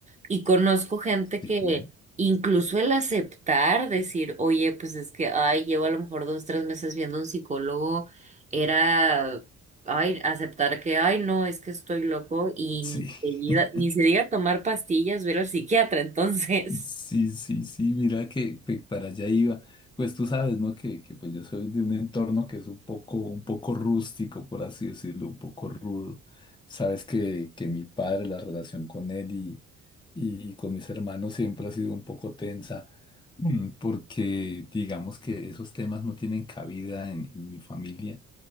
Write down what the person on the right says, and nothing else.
Y conozco gente
que incluso el aceptar, decir, oye, pues es que, ay, llevo a lo mejor dos, tres meses viendo a un psicólogo, era, ay, aceptar que, ay, no, es que estoy loco y
ni se diga,
ni se diga tomar pastillas, ver al psiquiatra, <laughs> entonces.